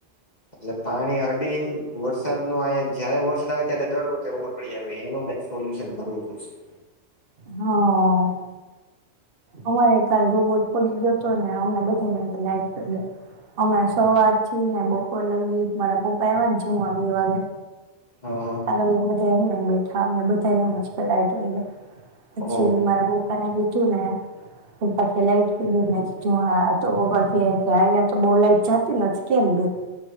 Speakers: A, on the left; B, on the right.
A: એટલે પાણી અડીન, વરસાદ નું હોય જ્યારે વરસાદ આવે ત્યારે દર વખતે રોબોટ પડી આવે એનું કાંઈક સો સોલ્યુશન કરવું પડશે.
B: હા. અમારે ખાલી રોબોટ પડી ગયો હતો ને, અમને બધાને લાઈટ ગયો. અમે સવારથી ને બપોર લગી મારા પપ્પા એવા જ, બે વાગે.
A: હ હા.
B: ત્યારે અમે બધા એમ બેઠા, અમને બધા <unintelligible> પછી
A: ઓહ
B: મેં મારા પપ્પાને કીધું ને પપ્પા કે લાઈટ કીધું જો હા તો આયા બહુ લાઈટ જતી નથી કેમ ગઈ?